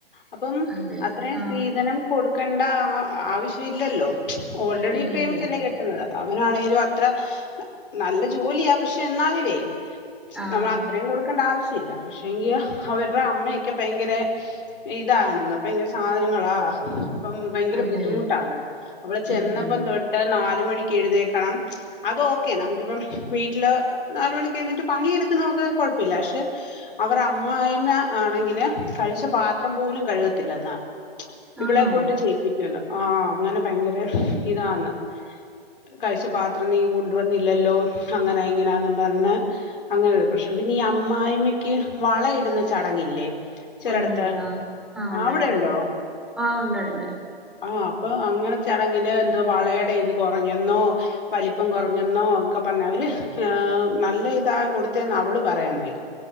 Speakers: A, on the left; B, in the centre.
A: അപ്പം
B: അതെ
A: അത്രയും
B: ആ
A: സ്ത്രീധനം കൊടുക്കണ്ട ആഹ് ആവശ്യം ഇല്ലല്ലോ ഓൾറെഡി
B: ഇല്ലില്ല
A: പ്രേമിച്ചല്ലേ കെട്ടുന്നത് അവനാണേലും അത്ര നല്ല ജോലിയ പക്ഷ പക്ഷ എന്നാലുവേ
B: ആഹ്
A: നമ്മൾ അത്രേം കൊടുക്കണ്ട ആവശ്യല്ല. പക്ഷെ എങ്കിൽ അവരുടെ അമ്മയൊക്കെ ഭയങ്കര ഇതാണെന്ന് പ്പ ഭയങ്കര സാധനങ്ങളാ ഇപ്പം ഭയങ്കര
B: അതെയോ
A: ബുദ്ധിമുട്ടാണ് അവിടെ ചെന്നപ്പം
B: ഉം ഉം
A: തൊട്ട് ട്ട നാല് മണിക്ക് എഴുന്നെക്കണം അത് ഓക്കെ നമുക്കിപ്പം വീട്ടില് നാല് മണിക്കേഴുന്നേറ്റ് പണിയെടുക്കുന്നൊക്കെ കൊഴപ്പല്ല്യ പക്ഷെ. അവർ അമ്മയി അമ്മ ആണെങ്കില് കഴിച്ച പാത്രം പോലും കഴുകത്തില്ലന് ഇവളെ
B: ആണോ
A: കൊണ്ട് ചെയ്യിപ്പിക്കുവുന്നു ആഹ് അങ്ങനെ ഭയങ്കര ഇതന്ന് കഴിച്ച പാത്രം നീ കൊണ്ടുവന്നില്ലല്ലോ അങ്ങനെ ഇങ്ങനാ പറഞ്ഞ് അങ്ങനെ ഒരു പ്രശ്നം പിന്നെ ഈ അമ്മായി്മയ്ക്ക് വളയിടുന്ന ചടങ്ങില്ലേ ചിലടത്ത്
B: ഉണ്ട്ണ്ടോ ആഹ് ഉണ്ട്ണ്ട്
A: അവിടെ ഉണ്ടോ
B: ആഹ് ഉണ്ടണ്ട്
A: ആഹ് അപ്പൊ അങ്ങനെ ചടങ്ങില് എന്തോ വളയുടെ ഇത് കുറഞ്ഞെന്നോ വലിപ്പം കുറഞ്ഞെന്നോ ഒക്കെ പറഞ്ഞാ അവര് നല്ല ഇതാ കൊടുത്തന്ന് അവള് പറയന്നേ